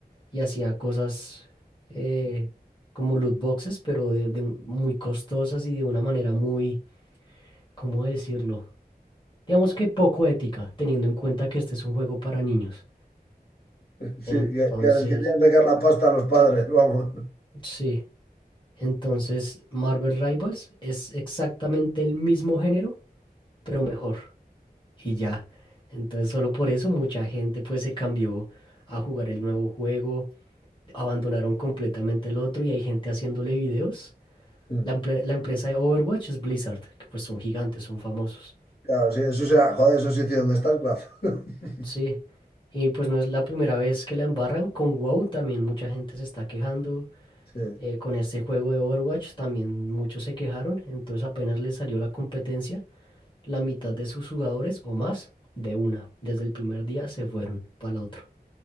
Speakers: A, on the left; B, on the left.
A: y hacía cosas eh, como loot boxes, pero de, de un- muy costosas y de una manera muy, ¿cómo decirlo? Digamos que poco ética, teniendo en cuenta que este es un juego para niños.
B: Sí,
A: Entonces,
B: que, que les querían sacar la pasta a los padres, vamos.
A: sí. Entonces, Marvel Rivals es exactamente el mismo género, pero mejor. Y ya. Entonces, solo por eso mucha gente pues se cambió a jugar el nuevo juego, abandonaron completamente el otro y hay gente haciéndole videos.
B: <laughs>
A: La, empre- la empresa de Overwatch es Blizzard, que pues son gigantes, son famosos.
B: Claro, sí, eso sea, joder, eso <laughs> sí hicieron de StarCraft. <laughs>
A: Sí. Y pues no es la primera vez que la embarran. Con WoW también mucha gente se está quejando.
B: Sí,
A: eh, con este juego de Overwatch también muchos se quejaron, entonces apenas les salió la competencia, la mitad de sus jugadores o más de una, desde el primer día se fueron para el otro.